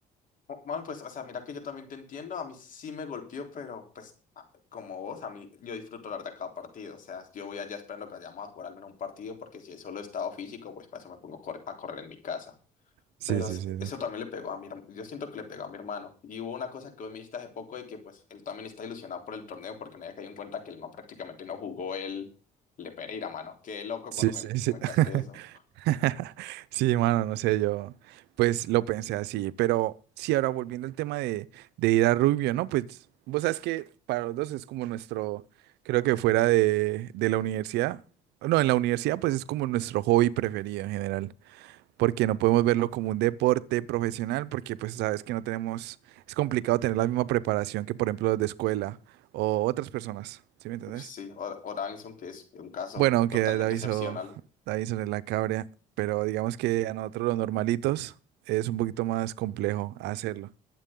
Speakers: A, on the left; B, on the right.
A: Bu- Bueno, pues, o sea, mira que yo también te entiendo. A mí sí me golpeó, pero pues a- como vos, a mí yo disfruto hablar de cada partido. O sea, yo voy allá esperando que vayamos a jugar al menos un partido porque si es solo estado físico, pues para eso me pongo a correr a correr en mi casa.
B: Sí,
A: Pero
B: sí,
A: es-
B: sí, sí.
A: eso también le pegó a mi, herm- yo siento que le pegó a mi hermano. Y hubo una cosa que hoy me dijiste hace poco de que pues él también está ilusionado por el torneo porque nadie cayó en cuenta que el man prácticamente no jugó el Le Pereira, mano. Qué loco
B: Sí,
A: cuando me
B: sí,
A: comentaste
B: sí. <laughs>
A: eso.
B: <laughs> Sí, mano, no sé, yo pues lo pensé así, pero sí, ahora volviendo al tema de, de ir a Rubio, ¿no? Pues vos sabes que para los dos es como nuestro, creo que fuera de, de la universidad, no, en la universidad pues es como nuestro hobby preferido en general, porque no podemos verlo como un deporte profesional, porque pues sabes que no tenemos, es complicado tener la misma preparación que por ejemplo los de escuela o otras personas, ¿sí me entendés?
A: Uf, sí, Or- Oranson, que es un caso
B: Bueno,
A: totalmente
B: que Davison,
A: excepcional.
B: Davison es la cabria, pero digamos que a nosotros los normalitos es un poquito más complejo hacerlo.